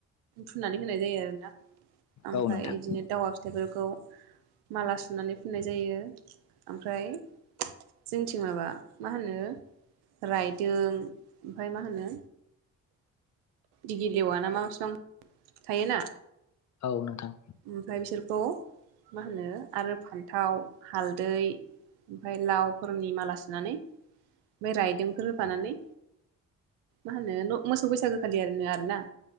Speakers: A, on the right (about 80°); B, on the left (about 45°).
A: फुननानै होनाय जायो आरो आरोना ओमफ्राय
B: औ नोंथां
A: बिदिनो दावा फिथाइफोरखौ माला सुनानै फुननाय जायो ओमफ्राय जोंथिं माबा मा होनो रायदों ओमफाय मा होनो दिगि लेवा ना मा फिफां थायोना
B: औ नोंथां
A: ओमफ्राय बिसोरखौ मा होनो आरो फानथाव हालदै ओमफ्राय लावफोरनि माला सुनानै ओमफ्राय रायदोंफोर होफानानै मा होनो मोसौ बैसागो खालियनो आरोना